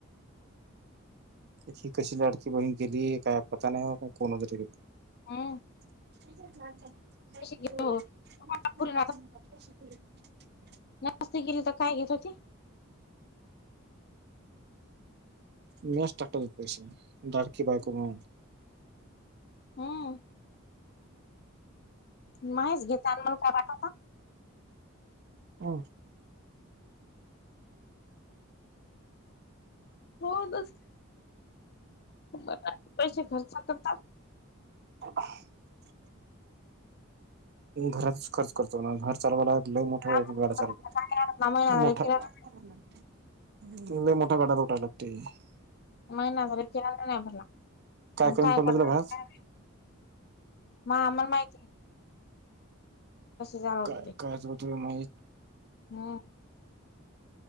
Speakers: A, on the right; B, on the left.
A: ही कशी लाडकी बहीण केली. काय पता नाही का कोणतरी गली.
B: हा.
A: <unintelligible>
B: घेऊ पुढे. नास्त केली तर काय घेत होती.
A: म्याज टाकले पैसे देत लाडकी बायको म्हणून.
B: हम् माहीच घेता आणि मला काय पाठवता
A: हम.
B: हो तसं. बर पैसे खर्च करतात.
A: <unintelligible> घरातच खर्च करतो. घर चालवाय लागलं मोठा
B: काय
A: गाड चाल
B: महिना झाले
A: मोठा
B: किराणा
A: तला मोठा गडातोठाय लागते <unintelligible>
B: मग ना झा केळाला नाही आपरला पण
A: कमी
B: काय
A: पडलं
B: कर
A: तुला
B: <unintelligible>
A: भास
B: म आमला माहिती आहे. चालवत
A: काय कायच बतु माहीत?
B: हा.